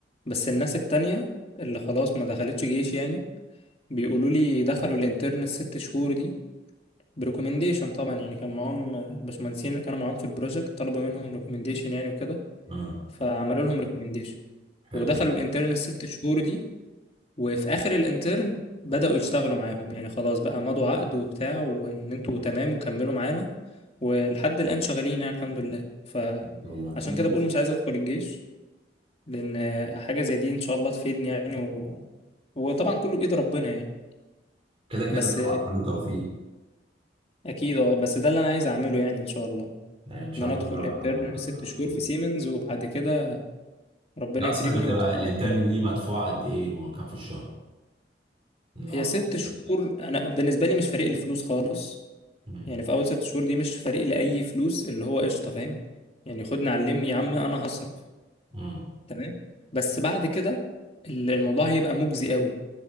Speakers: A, on the left; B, on the right.
A: بس الناس التانية اللي خلاص ما دخلتش جيش يعني بيقولوا لي دخلوا الانترن الست شهور دي بريكومنديشن طبعا يعني كان معاهم الباشمهندسين اللي كانوا معاهم في البروجكت طلبوا منهم ريكومنديشن يعني وكده
B: مم.
A: فعملوا لهم ريكومنديشن
B: حلو
A: ودخلوا الانترن الست شهور دي وفي اخر الانترن بدأوا يشتغلوا معاهم يعني خلاص بقى مضوا عقد وبتاع وان انتوا تمام وكملوا معانا ولحد الآن شغالين يعني الحمد لله فعشان
B: والله مم.
A: كده بقول مش عايز ادخل الجيش لان حاجه زي دي ان شاء الله تفيدني يعني و... وطبعا كله بايد ربنا يعني
B: كده كده
A: بس
B: طبعا كله توفيق
A: اكيد اه بس ده اللي انا عايز اعمله يعني ان شاء الله
B: يعني ان شاء
A: ان انا
B: الله
A: ادخل انترن ست شهور
B: خير
A: في سيمنز وبعد كده ربنا
B: هي اصلا
A: يكرمني
B: بتبقى
A: واكمل
B: الانترن
A: شغل
B: دي
A: يعني.
B: مدفوعه قد ايه كام في الشهر لو
A: هي
B: عندك
A: ست
B: خبرة.
A: شهور انا بالنسبه لي مش فارق لي فلوس خالص
B: مم.
A: يعني في اول ست شهور دي مش فارق لي اي فلوس اللي هو قشطه فاهم يعني خدني علمني يا عم انا هصرف
B: مم.
A: تمام بس بعد كده ال- الموضوع هيبقى مجزي قوي